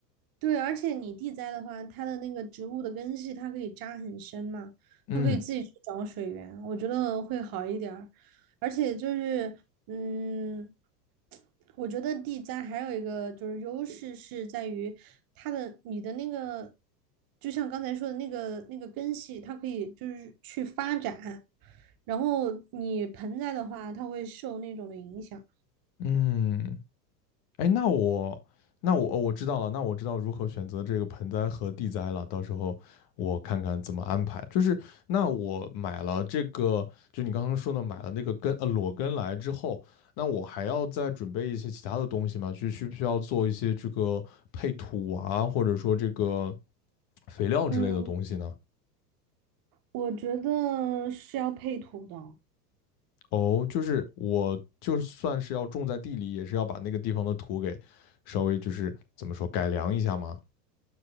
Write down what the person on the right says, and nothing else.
对，而且你地栽的话，它的那个植物的根系它可以扎很深嘛，
它可以自己去找水源，我觉得会好一点儿。而且就是，嗯，我觉得地栽还有一个就是优势是在于它的你的那个，就像刚才说的那个那个根系，它可以就是去发展，然后你盆栽的话，它会受那种的影响。
嗯，我觉得是要配土的。